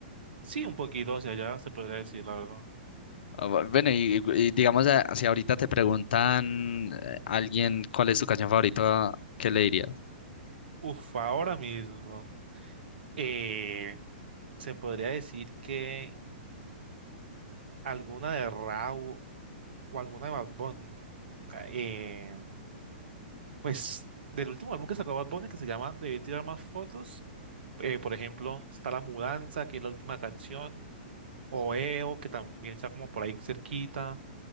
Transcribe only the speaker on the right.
Sí, un poquito hacia allá, se podría decir, la verdad.
Uf, ahora mismo. eh, se podría decir que alguna de Raúl o alguna de Bad Bunny. Eh, Pues del último álbum que sacó Bad Bunny, que se llama Debí tirar más fotos, eh, por ejemplo, está La Mudanza, que es la última canción, Oeo, que también está como por ahí cerquita,